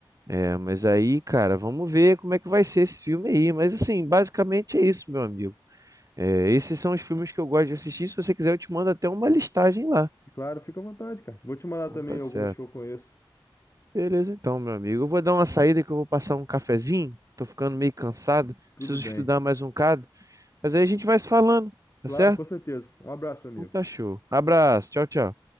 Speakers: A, on the right (about 40°); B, on the left (about 35°).
A: É, mas aí, cara, vamos ver como é que vai ser esse filme aí. Mas assim, basicamente é isso, meu amigo. É, esses são os filmes que eu gosto de assistir. Se você quiser, eu te mando até uma listagem lá.
B: Claro, fica à vontade, cara. Vou te mandar
A: Então
B: também
A: tá
B: algumas
A: certo.
B: que eu conheço.
A: Beleza, então, meu amigo. Eu vou dar uma saída que eu vou passar um cafezinho. Tô ficando meio cansado.
B: Tudo
A: Preciso
B: bem.
A: estudar mais um bocado. Mas aí a gente vai se falando, tá
B: Claro,
A: certo?
B: com certeza. Um abraço, meu
A: Então
B: amigo.
A: tá show. Abraço. Tchau, tchau.